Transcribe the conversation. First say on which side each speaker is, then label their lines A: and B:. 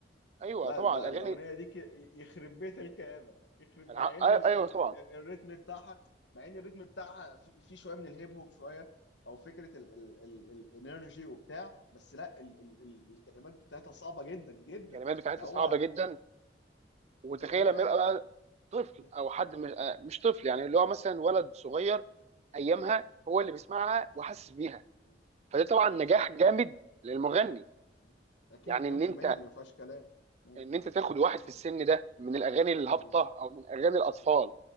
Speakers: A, on the right; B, on the left.
A: أيوه
B: لا
A: طبعا
B: ده
A: الأغاني
B: الاغنيه دي ك- يخرب بيت الكآبه يخرب
A: أنا
B: مع
A: ع-
B: ان
A: آه،
B: ال
A: أيوه
B: ال
A: طبعا
B: ال- الريتم بتاعها مع ان الريتم بتاعها في, في شويه من الهيب هوب شويه او فكره ال ال ال الانرجي وبتاع بس لا ال ال ال الكلمات بتاعتها صعبه جدا جدا
A: الكلمات بتاعتها
B: ده هو
A: صعبه جدا وتخيل
B: ده هو
A: لما
B: قال
A: يبقى بقى طفل
B: مم.
A: او حد مش, آه، مش طفل يعني اللي هو مثلا ولد صغير ايامها هو اللي بيسمعها وحاسس
B: مم.
A: بيها
B: مم.
A: فده طبعا
B: مم.
A: نجاح جامد للمغني
B: مم. اكيد
A: يعني
B: مليون
A: ان
B: في
A: انت
B: المية دي ما فيهاش كلام مم.
A: ان انت تاخد واحد في السن ده من الاغاني الهابطه
B: مم.
A: او من اغاني الاطفال